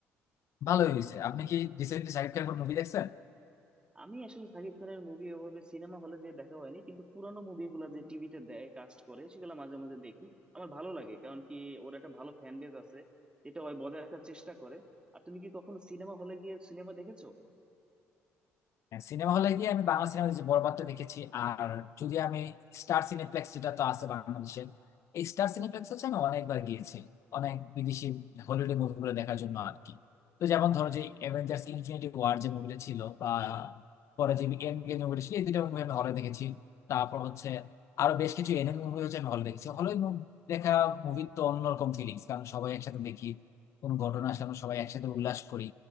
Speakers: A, on the left; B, on the right.
A: ভালোই হয়েছে আপনি কি রিসেন্টলি শাকিব খানের মুভি দেখছেন
B: আমি আসলে সাকিব খানের মুভি ওভাবে সিনেমা হলে যে দেখা হয়নি কিন্তু পুরানো মুভিগুলো যে টিভিতে দেয় কাস্ট করে সেগুলো মাঝে মাঝে দেখি আমার ভালো লাগে কারণ কি ওর একটা ভালো ফ্যান বেজ আছে যেটা ওই বজায় রাখার চেষ্টা করে আর তুমি কি কখনো সিনেমা হলে গিয়ে সিনেমা দেখেছো
A: সিনেমা হলে গিয়ে আমি বাংলা সিনেমা যে বরবাদটা দেখেছি আর যদি আমি স্টার সিনেপ্লেক্স যেটা তো আছে বাংলাদেশের এই স্টার সিনেপ্লেক্স হচ্ছে আমি অনেকবার গিয়েছি অনেক বিদেশি হলিউডের মুভিগুলো দেখার জন্য আর কি তো যেমন ধরো যে অ্যাভেঞ্জার্স ইনফিনিটি ওয়ার যে মুভিটা ছিল বা পরে যে এন্ড গেম মুভিটা ছিল এই দুটো মুভি আমি হলে দেখেছি তারপর হচ্ছে আরো বেশ কিছু এনিমে মুভি হচ্ছে আমি হলে দেখেছি হলে দেখা মুভি তো অন্যরকম ফিলিংস কারণ সবাই একসাথে দেখি কোনো ঘটনা আসলে আমরা সবাই একসাথে উল্লাস করি